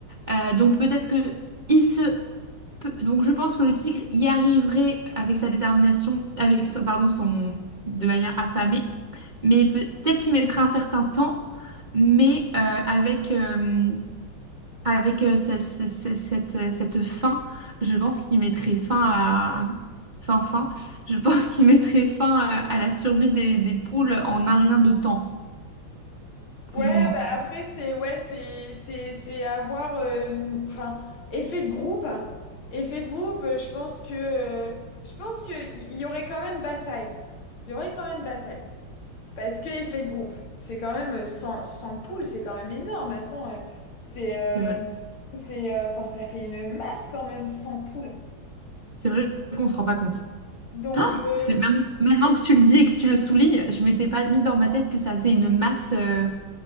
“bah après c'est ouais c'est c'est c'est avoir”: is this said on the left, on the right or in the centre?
Left